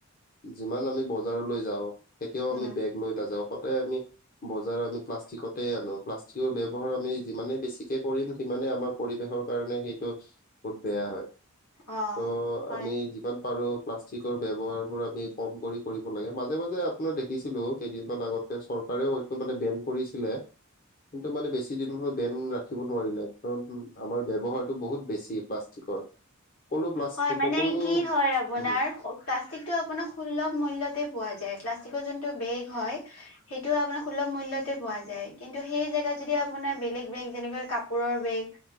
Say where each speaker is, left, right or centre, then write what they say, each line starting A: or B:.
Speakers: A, on the left (about 40°); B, on the left (about 80°).
A: যিমান আমি বজাৰলৈ যাওঁ কেতিয়াও
B: উম
A: আমি বেগ লৈ নাযাওঁ সদায় আমি- বজাৰ আমি প্লাষ্টিকতে আনো প্লাষ্টিকৰ ব্যৱহাৰ আমি যিমানে বেছিকে কৰিম সিমানে আমাৰ- পৰিৱেশৰ কাৰণে সেইটো বহুত বেয়া হয়
B: অ
A: চ'
B: হয়
A: আমি যিমান পাৰো- প্লাষ্টিকৰ ব্যয়ৱহাৰবোৰ আমি কম কৰি কৰিব লাগে। মাজে মাজে আপোনাৰ দেখিছিলো কেইদিনমান আগতে চ- কাৰেও সেইটো মানে বেন কৰিছিলে। কিন্তু মানে বেছি দিন হলে বেন ৰাখিব নোৱাৰিলে কাৰণ আমাৰ ব্যৱহাৰটো বহুত বেছি প্লাষ্টিকৰ। সকলো প্লাষ্টিক
B: হয় মানে
A: সকলো
B: কি হয় আ- পোনাৰ
A: উম
B: প্লাষ্টিকটো আপোনাৰ সুলভ মূল্যতে পোৱা যায় প্লাষ্টিকৰ যোনটো বেগ হয়- সেইটো আপোনাৰ সুলভ মূল্যতে পোৱা যায় কিন্তু সেই জেগাত যদি আপোনাৰ বেলেগ বেগ যেনেকৈ কাপোৰৰ বেগ-